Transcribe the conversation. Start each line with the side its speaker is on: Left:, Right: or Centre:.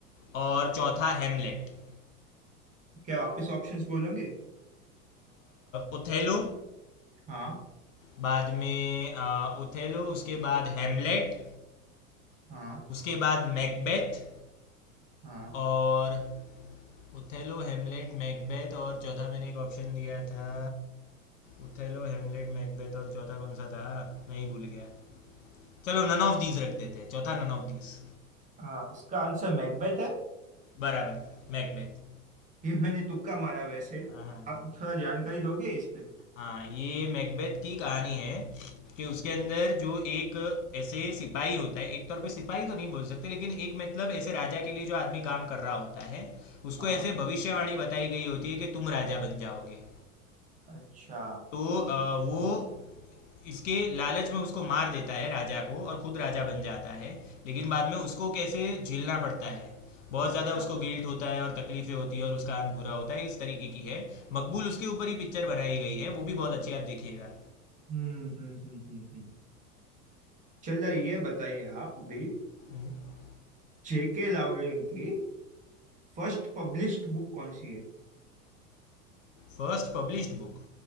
Left: और चौथा हेमलेट
Right: क्या वापस ऑप्शंस बोलोगे
Left: उथेलो
Right: हाँ
Left: बाद में उथेलो उसके बाद हेमलेट
Right: हाँ
Left: उसके बाद मैकबेथ
Right: हाँ
Left: और उथेलो हेमलेट मैकबेथ और चौथा मैंने एक ऑप्शन दिया था उथेलो हेमलेट मैकबेथ और चौथा कौन सा था मैं ही भूल गया चलो नन ऑफ दीज रख देते हैं चौथा नन ऑफ दीज
Right: हाँ इसका आंसर मैकबेथ है
Left: बराबर मैकबेथ
Right: ये मैंने तुक्का मारा वैसे
Left: हाँ हाँ हाँ।
Right: आप थोड़ा जानकारी दोगे इस पे
Left: हाँ ये मैकबेथ की कहानी है कि उसके अंदर जो एक ऐसे सिपाही होता है एक तौर पे सिपाही तो नहीं बोल सकते लेकिन एक मतलब ऐसे राजा के लिए जो आदमी काम कर रहा होता है उसको
Right: हाँ
Left: ऐसे भविष्यवाणी बताई गई होती है कि तुम राजा बन जाओगे
Right: अच्छा
Left: तो अ, वो इसके लालच में उसको मार देता है राजा को और खुद राजा बन जाता है लेकिन बाद में उसको कैसे झेलना पड़ता है बहुत
Right: अच्छा
Left: ज़्यादा उसको गिल्ट होता है और तकलीफें होती है और उसका अंत बुरा होता है इस तरीके की है मकबूल उसके ऊपर ही पिक्चर बनाई गई है वो भी बहुत अच्छी आप देखिएगा
Right: हम्म हम्म हम्म हम्म हम्म। चलो ये बताइए आप अभी
Left: हम्म।
Right: जेके लावलिंग की फर्स्ट पब्लिश्ड बुक कौन सी है
Left: First published book